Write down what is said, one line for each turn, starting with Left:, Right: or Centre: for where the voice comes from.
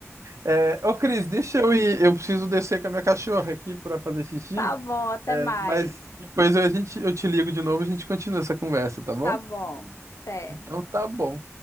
Right: É, ô Cris, deixa eu ir. Eu preciso descer com a minha cachorra aqui para fazer xixi.
Left: Tá bom, até
Right: É,
Left: mais.
Right: mas depois eu- a gente, eu te ligo de novo e a gente continua essa conversa, tá bom?
Left: Tá bom, até.
Right: Então tá bom.